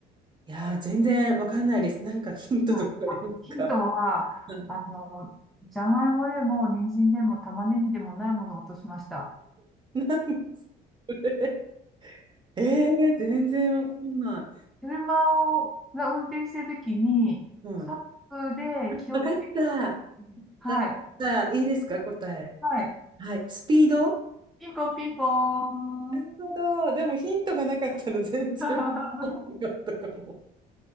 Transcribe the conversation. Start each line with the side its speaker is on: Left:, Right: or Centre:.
Right: いやー、全然わかんないです。なんかヒントとかありますか
Centre: い。はい。あ、ヒントは、
Right: <laughs>
Centre: あの、じゃがいもでも、人参でも、玉ねぎでもないものを落としました。
Right: <laughs> なんで <laughs> えー、全然わかんない。
Centre: 車を、が運転してるときに、
Right: うん。
Centre: カップで気をつけると、
Right: わかった。わ
Centre: はい。
Right: かった。いいですか、答え。
Centre: はい。
Right: はい。スピード
Centre: ピンポンピンポー
Right: なるほど。
Centre: ン。
Right: でもヒントがなかったら <laughs> 全然わかんなかったかも。
Centre: <laughs>